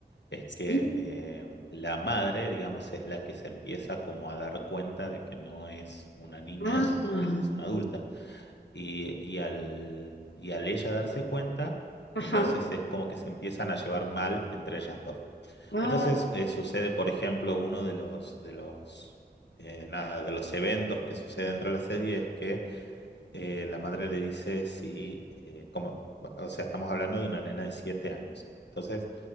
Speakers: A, on the left (about 75°); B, on the left (about 85°).
A: es que
B: sí.
A: eh, la madre, digamos, es la que se empieza como a dar cuenta de que no es una niña,
B: Ah,
A: sino que es una adulta. Y, y al, y al ella darse cuenta,
B: ajá.
A: entonces es como que se empiezan a llevar mal entre ellas dos.
B: Ah.
A: Entonces eh, sucede, por ejemplo, uno de los de los eh, nada, de los eventos que sucede dentro de la serie es que eh, la madre le dice si eh, como, o sea, estamos hablando de una nena de siete años. Entonces